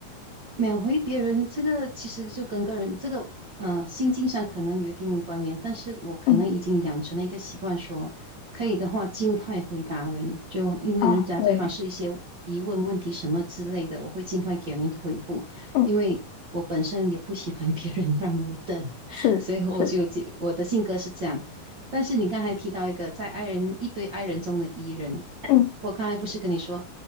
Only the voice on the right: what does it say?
秒回别人，这个其实就跟个人这个呃心境上可能有一定关联，但是我可能已经养成了一个习惯说，
可以的话尽快回答人，就因为人家对方是一些疑问、
问题什么之类的，我会尽快给人一个回复，
因为我本身也不喜欢 <laughs> 别人让我等，<laughs>
所以我就就我的性格是这样。但是你刚才提到一个在爱人一堆爱人中的 E 人，
我刚才不是跟你说。